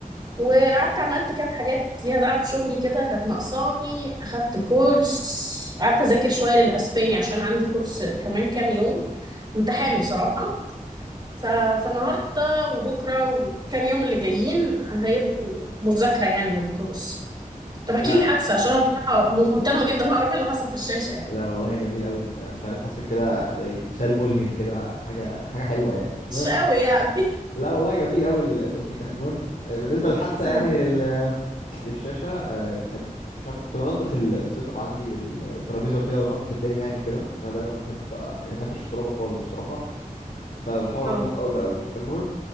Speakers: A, on the right (about 30°); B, on the left (about 70°).
A: وقعدت عملت كام حاجات ليها دعوه بشغلي كده كانت ناقصاني اخدت كورس قعدت اذاكر شويه للاسباني عشان عندي كورس كمان كام يوم امتحان بصراحه ف... فالنهارده وبكره وكام يوم اللي جايين هيبقوا مذاكره يعني للكورس طب احكي
B: لا
A: لي الحادثه عشان انا بصراحه مهتمه جدا اعرف ايه اللي حصل في الشاشه يعني
B: لا والله جميل قوي انت مش عارف حاسس كده زي مثال ملهم كده حاجه حاجه حلوه يعني المهم
A: مش قوي يعني
B: لا والله جميل قوي اللي قلتيه ده المهم آه، بالنسبه للحادثه
A: مم.
B: يعني للشاشة آه، كانت مش عارف كنت بنضف ال- السيت اب عندي وال- والترابيزة وكده وانضف الدنيا يعني وكده انا دايما بحب يعني ما بحبش الترابة خالص بصراحة فبحاول
A: اه
B: انضف اول باول فالمهم